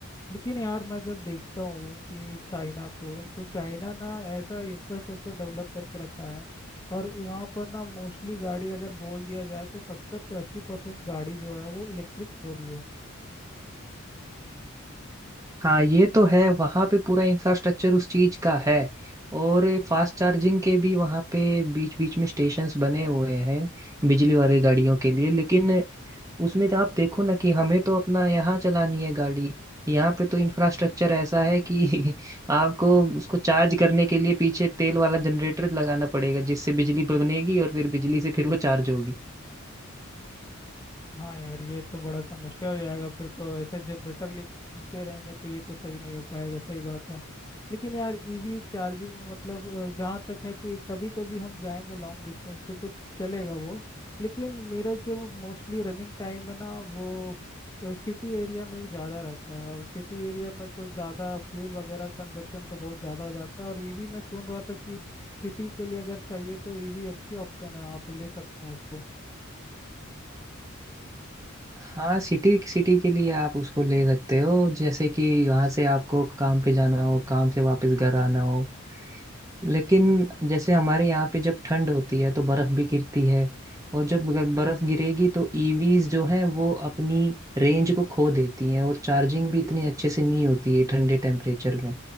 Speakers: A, on the left (about 20°); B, on the right (about 15°).
A: लेकिन यार मैं जब देखता हूँ कि चाइना को तो चाइना ना ऐसा इंफ्रास्ट्रक्चर डेवलप करके रखा है और वहाँ पर ना मोस्टली गाड़ी अगर बोल दिया जाए तो सत्तर से अस्सी परसेंट गाड़ी जो है वो इलेक्ट्रिक हो रही है
B: हाँ ये तो है वहाँ पे पूरा इंफ्रास्ट्रक्चर उस चीज का है और फास्ट चार्जिंग के भी वहाँ पे बीच बीच में स्टेशंस बने हुए हैं बिजली वाली गाड़ियों के लिए लेकिन उसमें तो आप देखो ना कि हमें तो अपना यहाँ चलानी है गाड़ी यहाँ पे तो इंफ्रास्ट्रक्चर ऐसा है कि <laughs> आपको उसको चार्ज करने के लिए पीछे तेल वाला जनरेटर लगाना पड़ेगा जिससे बिजली बनेगी और फिर बिजली से फिर वो चार्ज होगी
A: हाँ यार ये तो बड़ा समस्या हो जाएगा फिर तो ऐसे जनरेटर लेते रहेंगे तो ये तो सही नहीं हो पाएगा सही बात है लेकिन यार ईवी चार्जिंग में मतलब अ, जहाँ तक है कि कभी कभी हम जाएंगे लॉन्ग डिस्टेंस पे तो चलेगा वो लेकिन मेरा जो मोस्टली रनिंग टाइम है ना वो सिटी एरिया में ही ज़्यादा रहता है और सिटी एरिया में तो ज़्यादा फ्यूल वगैरह कंजप्शन तो बहुत ज़्यादा हो जाता है और ईवी मैं सुन रहा था कि सिटी के लिए अगर चाहिए तो ईवी अच्छी ऑप्शन है आप ले सकते हैं उसको
B: हाँ सिटी सिटी के लिए आप उसको ले सकते हो जैसे कि वहाँ से आपको काम पे जाना हो काम से वापस घर आना हो लेकिन जैसे हमारे यहाँ पे जब ठंड होती है तो बर्फ भी गिरती है और जब अगर बर्फ गिरेगी तो ईवीज जो है वो अपनी रेंज को खो देती हैं और चार्जिंग भी इतनी अच्छे से नहीं होती है ठंडे टेम्परेचर में